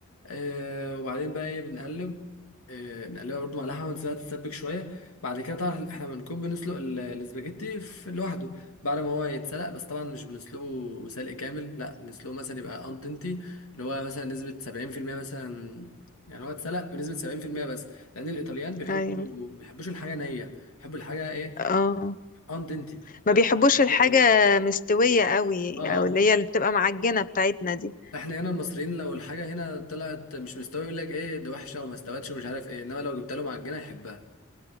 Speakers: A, on the left (about 75°); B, on the left (about 40°).
A: آه وبعدين بقى ايه بنقلب آه نقلبها برضو مع لحمة نسيبها تتسبك شوية بعد كده طبعا احنا بنكون بنسلق ال- الاسباجيتي في لوحده بعد ما هو يتسلق بس طبعا مش بنسلقه سلق كامل لا نسلقه مثلا يبقى اندنتي اللي هو مثلا نسبة سبعين في المية مثلا يعني هو اتسلق بنسبة سبعين في المية بس لأن الإيطاليان بيحبوا
B: ايوه
A: بيحبوش الحاجة نية بيحبوا الحاجة ايه
B: اه
A: اندنتي يعني
B: ما بيحبوش
A: مش
B: الحاجة
A: نية أوي.
B: مستوية قوي
A: اه
B: او اللي هي اللي بتبقى معجنة بتاعتنا دي
A: احنا هنا المصريين لو الحاجة هنا طلعت مش مستوية يقول لك ايه ده وحشة وما استوتش ومش عارف ايه انما لو جبت له معجنة يحبها